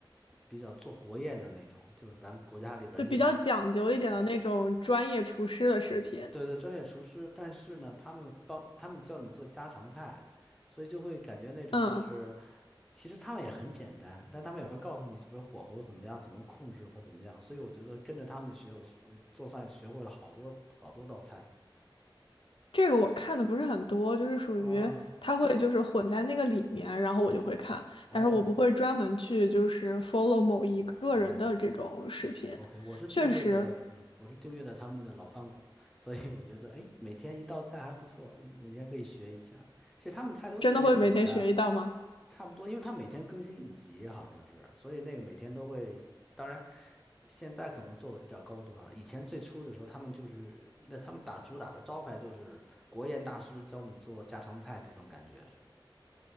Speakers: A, in the centre; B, on the left.
A: 比较做国宴的那种，就是咱国家里边宴
B: 就比较讲究一点的那种专业厨师的视频。
A: 对对，专业厨师，但是呢，他们帮他们教你做家常菜，所以就会感觉那种就是，
B: 嗯。
A: 其实他们也很简单，但他们也会告诉你，比如火候怎么样，怎么控制或怎么样。所以我觉得跟着他们学，我我做饭学会了好多好多道菜
B: 这个我看的不是很多，就是属于它会就是混在那个里面，
A: 啊。
B: 然后我就会看，
A: 哦
B: 但是我不会专门去就是 follow 某一个人的这种视频。
A: 哦，OK，我是订阅的，
B: 确实，
A: 嗯，我是订阅的他们的老饭骨，所以我觉得哎，每天一道菜还不错，每天可以学一下。其实他们菜都特别简单。
B: 真的会每天学一道吗？
A: 差不多，因为他每天更新一集，好像是，所以那个每天都会。当然，现在可能做的比较高端啊。以前最初的时候，他们就是那他们打主打的招牌就是国宴大师教你做家常菜这种感觉是。